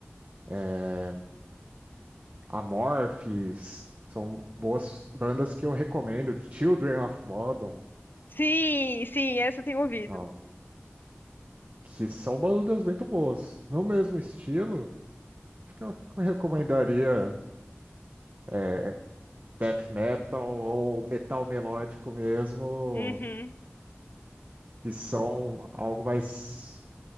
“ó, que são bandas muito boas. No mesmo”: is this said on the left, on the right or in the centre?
Right